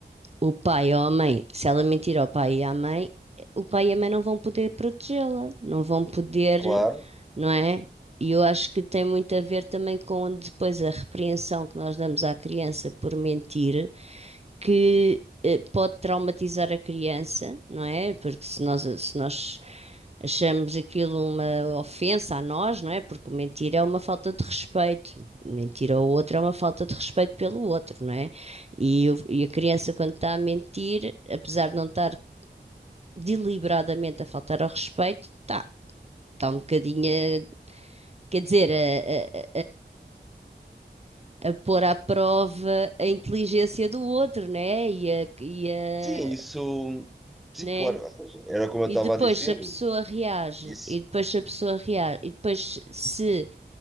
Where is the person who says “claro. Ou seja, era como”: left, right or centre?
Centre